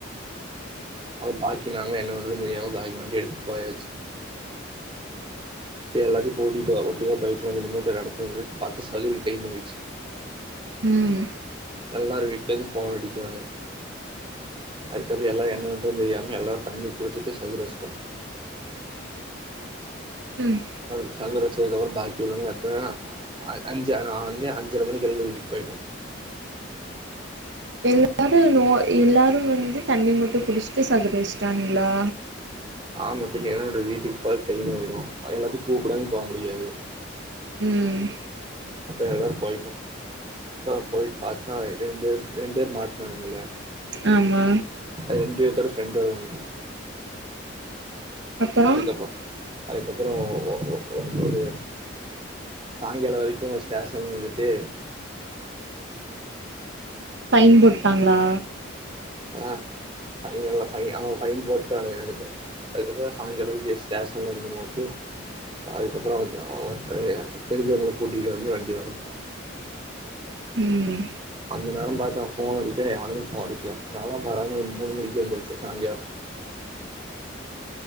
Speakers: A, on the right; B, on the right.
A: அவ பாக்கி நாங்க என்ன பண்றதுன்னு தெரியாம <unintelligible> வண்டி எடுத்துட் போயாச்சு சேர் எல்லாத்தயு பூட்டீட்டு வா ஒட்டுகா போய்களான் சொல்லி அந்த <unintelligible> பாத்தா <unintelligible> டைம் ஆயிச்சு
B: ம்
A: எல்லாரு வீட்லருந்து ஃபோன் அடிக்கராங்க அதுக்கப்றோ எல்லா என்ன பண் றதுன் தெரியாம எல்லாரு தண்ணி குடிச்சிட்டு சகுரஷ்டோ
B: ம்
A: சகு சகுரச்சதுக்கப்பறோ பாக்கி உள்ளவங்க எத்தன அ அஞ்சு நா வந்து அஞ்சர மணிக்கு கெழம்பி வீட்டுக் போய்ட்டோ
B: எல்லாரு நோ எல்லாரு வந்து தண்ணி மட்டு குடிஸ்ட்டு சகுரஷ்டானுங்ளா
A: ஆமா பின்ன எவனோட ஆ மட்டு இங்க என்ன நடக்குது வீட்டுக் போக டைம் ஆய்ரு எல்லாத்தயு கூப்படாமயூ போ முடியாது
B: ம்
A: அப்ப எல்லாரு போயிட்டோ இப்ப போய் பாத்தா ரெண்டேர் ரெண்டேர் மாட்னானுங்கள
B: ஆமா
A: அது எங்கேத்தோட ஃப்ரெண்டோட வண்டி
B: அப்றோ
A: அதுக்கப்பறோ அதுக்கப்பறோ ஒ ஒ ஒ ஒரு <unintelligible> சாயிங்காலோ வரைக்கு ஸ்டேசன்ல இருந்துட்டு
B: ஃபைன் போட்டாங்களா
A: ஆ ஃபைன்னல்ல ஃபைன் ஆ ஃபைன் போட்டானுங்க எனக்கு அதுக்கப்பறோ சாயிங்களோ இவிய ஸ்டேஷன்ல இருந்து நோட்டு அதுக்கப்பறோ அவ அவ <inaudible> தெரிஞ்சவங்கள கூட்டிட்டு வந்து வண்டி வாங்கனோ
B: ம்
A: அந்த நேரோ பாத்து நா ஃபோன் அடிக்கற எவனுமே ஃபோன் எடுக்கல நாலா <unintelligible> மூணு மணிக்கே எந்துருச்சே சாங்கியா